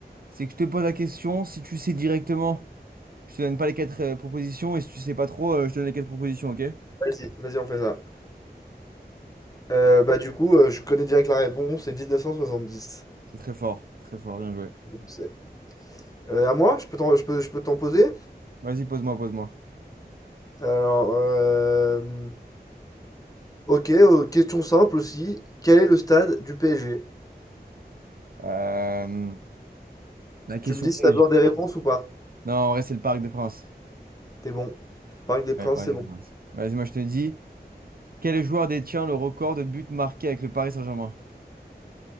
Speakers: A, on the right (about 60°); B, on the left (about 20°).
A: C'est que je te pose la question, si tu sais directement, je te donne pas les quatre euh, propositions, et si tu sais pas trop, euh, je te donne les quatre propositions, ok?
B: Vas-y, vas-y, on fait ça. Euh, bah du coup, euh, je connais direct la réponse, c'est 1970.
A: C'est très fort, très fort, bien joué.
B: C'est- Euh, à moi, je peux t'en, je peux, je peux t'en poser?
A: Vas-y, pose-moi, pose-moi.
B: Alors, euh, ok, euh, question simple aussi. Quel est le stade du PSG?
A: Euh, la question
B: Tu me dis
A: piège.
B: si t'as besoin des réponses ou pas.
A: Non, en vrai, c'est le Parc des Princes.
B: T'es bon. Parc des Princes,
A: Ouais, Paris
B: c'est
A: des
B: bon.
A: Princes. Vas-y, moi, je te dis. Quel joueur détient le record de buts marqués avec le Paris Saint-Germain?